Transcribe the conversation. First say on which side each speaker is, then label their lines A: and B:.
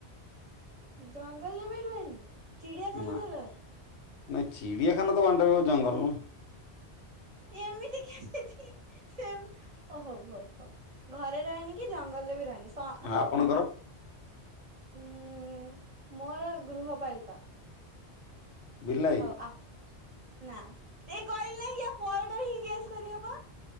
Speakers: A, on the right; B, on the left.
A: ଜଙ୍ଗଲରେ ବି ରୁହେନି। ଚିଡିଆଖାନାାରେ
B: ନା
A: ରହେ?
B: ନାଇଁ ଚିଡ଼ିଆଖାନା ତ ୱନ ଟାଇପ୍ ଅଫ ଜଙ୍ଗଲ।
A: ଏମିତି କେମିତି? ସେମ୍ ଓ ହଉ, ହଉ, ହଉ, ଘରେ ରହେନି କି ଜଙ୍ଗଲରେ ବି ରହେନି। ହଁ
B: ନା
A: ହଉ
B: ଆପଣଙ୍କର
A: ତାହେଲେ ଆପ ଉଁ ମୋର ଗୃହପାଳିତ।
B: ବିଲାଇ
A: ହଉ ଆ ନା ଏ କହିଲି ନା ୟା ପରଟାରେ ହିଁ ଗେସ୍ କରିହବ।